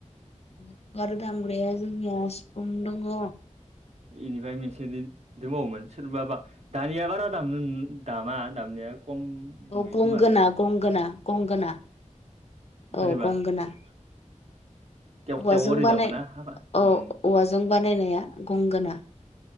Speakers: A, on the left (about 55°); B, on the right (about 55°).
A: खुगाजों दामग्राया जोंनिया सिफुं दङ
B: इनिफ्राय मोनसे दिन दंबावोमोन सोरबा बा दानिया बारा दाम दामा दामनाया खम
A: औ
B: नुयो
A: गंगोना
B: खोमालै
A: गंगोना गंगोना
B: बोरैबा
A: औ गंगोना
B: तेव
A: औवाजों
B: तेव ओरै
A: बानाय
B: दामोना हाबा
A: औ
B: उम
A: औवाजों बानायनाया गंगोना